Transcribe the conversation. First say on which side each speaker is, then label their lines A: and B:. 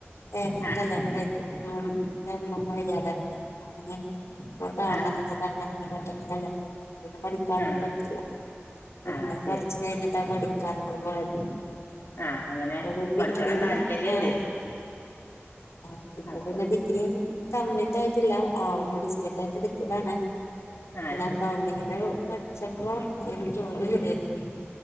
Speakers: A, on the left (about 80°); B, on the left (about 60°).
A: ഏതോരു
B: ആഹ്
A: കല്യാൺത്തിനായിരുന്നു. ഉം <unintelligible> <unintelligible> കാൺന്നൊക്കെ
B: ആഹ് ആഹ്
A: പറഞ്ഞ് <unintelligible> <unintelligible> പഠിക്കാനൊന്നു
B: ആഹ്
A: പറ്റില്ല പിന്നെ
B: ആഹ്
A: കൊറച്ച്
B: ശരി
A: കഴിഞ്ഞിട്ട് പഠിക്കാനൊക്കെ പോയത്.
B: ആഹ്
A: <unintelligible>
B: അങ്ങനെ പഠിക്കണം താല്പര്യണ്ട്
A: ആ പിന്നെ
B: അപ്പൊ
A: പിന്നെ ഡിഗ്രി കംപ്ലീറ്റ് ആയിട്ടില്ല. ആവ്പ ഡിസ്റ്റന്റ് ആയിട്ട് എടുത്തതാണ്
B: ആഹ്
A: പിന്നെ
B: ശരി
A: അ കൗണ്ടിങ്ങിന്റെ പഠിച്ചപ്പോ അയിന് ജോലി ശെരിയായിട്ട്ണ്ട്.